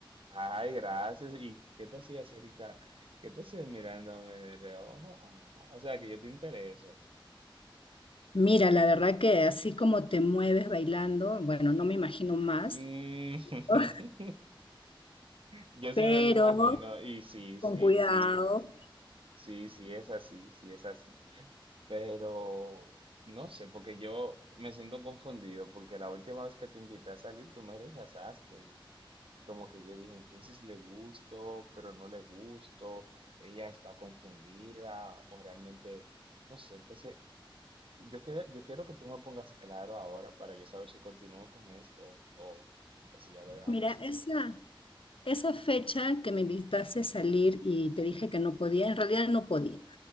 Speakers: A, on the right; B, on the left.
A: Ay, gracias. ¿Y qué tú hacías, Erika? ¿Qué tú hacías mirándome de reojo? Ah, o sea que yo te intereso.
B: Mira, la verdad que así como te mueves bailando, bueno, no me imagino más,
A: Mm.
B: <laughs>
A: <laughs> Yo sí
B: pero
A: me lo imagino. Y sí,
B: con
A: sí,
B: cuidado.
A: sí, sí, sí, es así, sí, es así. Pero no sé, porque yo me siento confundido, porque la última vez que te invité a salir, tú me rechazaste. Y, y como que yo dije, entonces le gusto, pero no le gusto, ella está confundida, o realmente. No sé, entonces Yo, que- yo quiero que tú me pongas claro ahora para yo saber si continúo con esto o, o si ya lo dejamos
B: Mira,
A: ahí.
B: esa, esa fecha que me invitaste a salir y te dije que no podía, en realidad no podía.